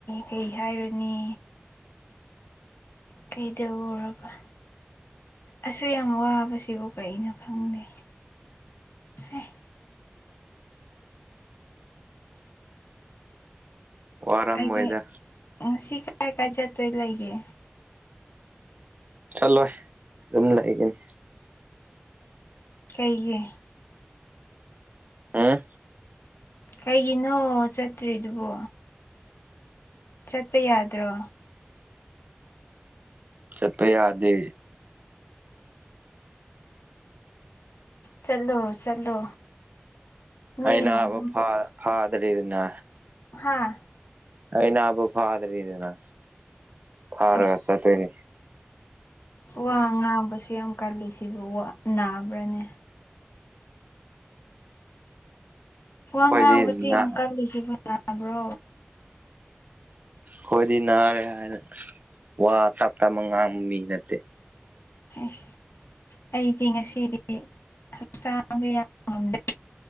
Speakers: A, on the left; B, on the right.
A: ꯀꯩ ꯍꯥꯏꯔꯨꯅꯤ ꯀꯩꯗꯧꯔꯕ ꯑꯁꯨ ꯌꯥꯝ ꯋꯥꯕꯁꯤꯕꯨ ꯀꯩꯅꯣ ꯈꯪꯗꯦ ꯑꯦ
B: ꯋꯥꯔꯝꯃꯣꯏꯗ
A: ꯀꯥꯏ ꯀꯥꯏ ꯎ ꯁꯤ ꯀꯥꯏ ꯀꯥꯏ ꯆꯠꯇꯣꯏ ꯂꯩꯒꯦ
B: ꯆꯠꯂꯣꯏ ꯑꯗꯨꯝ ꯂꯩꯒꯅꯤ
A: ꯀꯩꯒꯤ
B: ꯍꯝ
A: ꯀꯩꯒꯤꯅꯣ ꯆꯠꯇ꯭ꯔꯤꯗꯨꯕꯣ ꯆꯠꯄ ꯌꯥꯗ꯭ꯔꯣ
B: ꯆꯠꯄ ꯌꯥꯗꯦ
A: ꯆꯠꯂꯣ ꯆꯠꯂꯣ ꯃꯤꯕꯨ
B: ꯑꯩ ꯅꯥꯕ
A: ꯑꯗꯨꯝ
B: ꯐ ꯐꯗ꯭ꯔꯤꯗꯅ
A: ꯍꯥꯥ
B: ꯑꯩ ꯅꯥꯕꯨ ꯐꯥꯗ꯭ꯔꯤꯗꯅ ꯐꯥꯔꯒ
A: ꯑꯁ
B: ꯆꯠꯇꯣꯏꯅꯤ
A: ꯋꯥ ꯉꯥꯡꯕꯁꯨ ꯌꯥꯝ ꯀꯜꯂꯤ ꯁꯤꯕꯨ ꯅꯥꯕ꯭ꯔꯅꯦ ꯋꯥ ꯉꯥꯡꯕꯁꯤ
B: ꯑꯩꯈꯣꯏꯗꯤ ꯅꯥ
A: ꯌꯥꯝ ꯀꯜꯂꯤꯁꯦ ꯌꯥꯕ꯭ꯔꯣ
B: ꯑꯩꯣꯏꯗꯤ ꯅꯥꯔꯦ ꯍꯥꯏꯅ ꯋꯥ ꯇꯞ ꯇꯞꯅ ꯉꯥꯡꯕ ꯃꯤ ꯅꯠꯇꯦ
A: ꯑꯥꯁ ꯑꯩꯗꯤ ꯉꯁꯤꯗꯤ ꯍꯛꯆꯥꯡꯁꯦ ꯌꯥꯝ ꯉꯝꯗꯦ